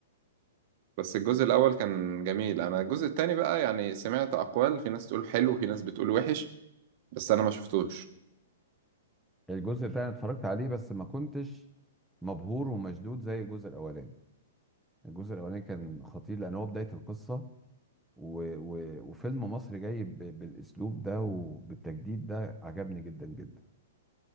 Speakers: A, on the right; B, in the centre.
A: بس الجزء الاول كان جميل انا الجزء التاني بقى يعني سمعت اقوال في ناس تقول حلو في ناس بتقول وحش بس انا ما شفتوش
B: الجزء الثاني اتفرجت عليه بس ما كنتش مبهور ومشدود زي الجزء الاولاني الجزء الاولاني كان خطير لان هو بداية القصة و... و... وفيلم مصري جاي ب... بالاسلوب ده وبالتجديد ده عجبني جدا جدا